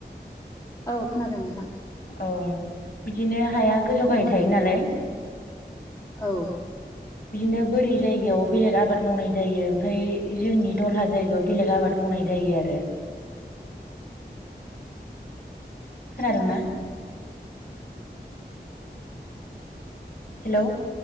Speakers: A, on the left; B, on the left.
A: औ खोनादों नोंथां।
B: अ बिदिनो हाया गोजौ गाहाय
A: उम
B: थायो नालाय
A: औ।
B: बिदिनो बोरि जायगायाव बेलेग आबाद मावनाय जायो ओमफाय जोंनि दलहा जायगायाव बेलेग आबाद मावनाय मावनाय जायो आरो। खोनादोंना? हेलौ